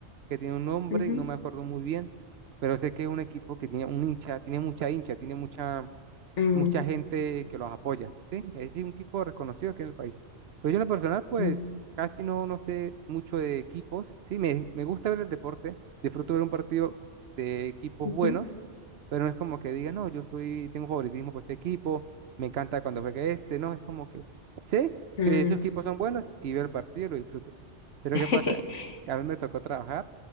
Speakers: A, on the right; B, on the left.
A: que tiene un nombre,
B: Ujú,
A: no me acuerdo muy bien, pero sé que es un equipo que tiene un hincha, tiene mucha hincha, tiene mucha
B: mm,
A: mucha gente que los apoya, ¿sí? Es decir, un equipo reconocido aquí en el país. Pero yo en lo personal, pues
B: mm,
A: casi no, no sé mucho de equipos, ¿sí? Me, me gusta ver el deporte, disfruto ver un partido de equipos
B: ujú,
A: buenos, pero no es como que diga, no, yo soy, tengo favoritismo por este equipo, me encanta cuando juega este, no, es como que sé
B: mm.
A: que esos equipos son buenos y veo el partido y lo disfruto. Pero
B: <laughs>
A: ¿qué pasa? Que A mí me tocó trabajar